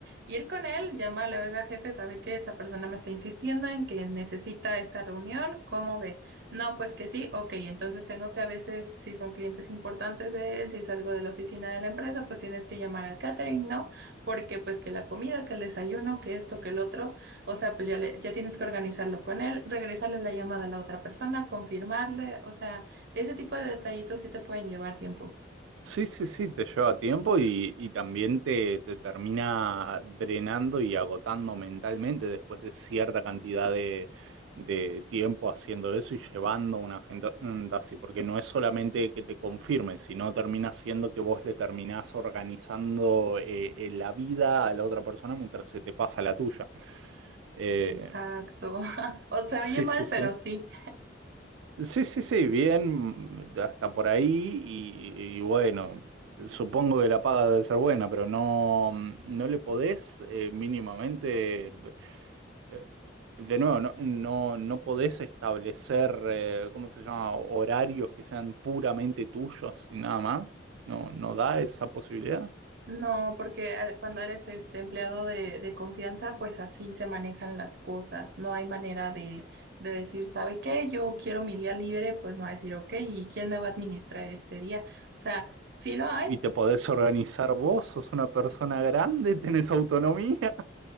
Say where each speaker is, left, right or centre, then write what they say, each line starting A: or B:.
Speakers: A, on the right; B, on the right.
A: Ir con él, llámale, oiga, jefe, sabe que esta persona me está insistiendo en que necesita esta reunión, ¿cómo ve? No, pues que sí, ok, entonces tengo que a veces, si son clientes importantes de él, si es algo de la oficina de la empresa, pues tienes que llamar al catering, ¿no? Porque pues que la comida, que el desayuno, que esto, que el otro, o sea, pues ya, le- ya tienes que organizarlo con él, regresarle la llamada a la otra persona, confirmarle, o sea, ese tipo de detallitos sí te pueden llevar tiempo.
B: Sí, sí, sí, te lleva tiempo y, y también te, te termina drenando y agotando mentalmente después de cierta cantidad de, de tiempo haciendo eso y llevando una agenda agenda así, porque no es solamente que te confirme, sino termina siendo que vos le terminás organizando eh, eh, la vida a la otra persona mientras se te pasa la tuya. Eh,
A: Exacto. <laughs> O se
B: Sí,
A: oye mal,
B: sí, sí.
A: pero sí.
B: Sí, sí, sí, bien, hasta por ahí y, y bueno, supongo que la paga debe ser buena, pero no, no le podés eh, mínimamente, eh, de nuevo, no, no, no podés establecer, eh, ¿cómo se llama?, horarios que sean puramente tuyos y nada más. No, no da esa posibilidad.
A: No, porque eh, cuando eres este empleado de, de confianza, pues así se manejan las cosas. No hay manera de, de decir, ¿sabe qué? Yo quiero mi día libre, pues no va a decir, ok, ¿y quién me va a administrar este día? O sea, sí lo hay,
B: Y te podés organizar vos, sos una persona grande, tenés autonomía.